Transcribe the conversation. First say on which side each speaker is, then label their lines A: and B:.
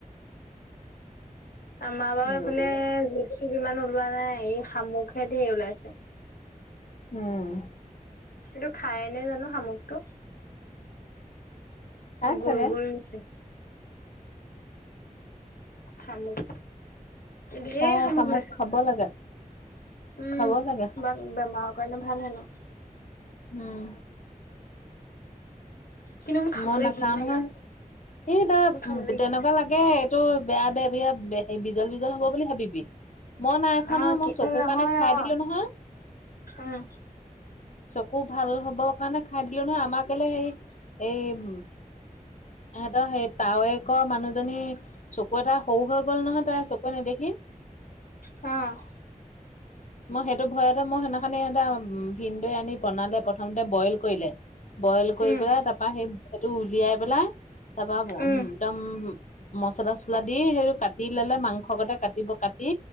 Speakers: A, on the left; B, on the left.
A: <inaudible>
B: আমাৰ বাৰু
A: মাৰিবলে
B: এইফালে জোক চোক ইমান ওলোৱা নাই, এই শামুকহে ধেৰ ওলাইছে।
A: উম।
B: কিন্তু খাইনে জানো শামুকটো।
A: খাই
B: গোল
A: চাগে
B: গোল হৈছে। শামুক। ধেৰ
A: খাই
B: শামুক ওলাইছে,
A: খাব লাগে
B: উম,
A: খাব লাগে শামুক।
B: বা বেমাৰৰ কাৰণে ভাল হয় ন।
A: উম।
B: কিন্তু মোৰ খাবলৈ
A: মই নাখাও
B: ঘিণ লাগে
A: নহয়, ই তই
B: মোৰ খাবলৈ
A: তেনেকুৱা
B: ঘিণ লাগে।
A: লাগ তাকেহে এইটো বেয়া দে দেৰিয়া বিজল বিজল হ'ব বুলি ভাবিবি। মই নাই খোৱা
B: অ
A: নহয়, মই
B: কি
A: চকুৰ
B: উম নহয়
A: কাৰণে খাই
B: অ
A: দিলোঁ নহয়।
B: উম
A: চকু ভাল হ'ব কাৰণে খাই দিলোঁ নহয়, আমাৰ কেলে হেৰি এই উম, এহঁতৰ সেই তাৱেকৰ মানুহজনী চকু এটা সৰু হৈ গ'ল নহয় তাইৰ চকুৰে নেদেখি!
B: অ'।
A: মই সেইটো ভয়তে মই সেইদিনাখনি এটা ভিন দৈ আনি বনালে, প্ৰথমতে বইল কৰিলে। বইল কৰি
B: উম
A: পেলাই, তাৰপা সেই সেইটো উলিয়াই পেলাই, তাৰপা
B: উম
A: একদম মচলা চচলা দি সেইটো কাটি ল'লে, মাংসৰ গতে কাটিব, কাটি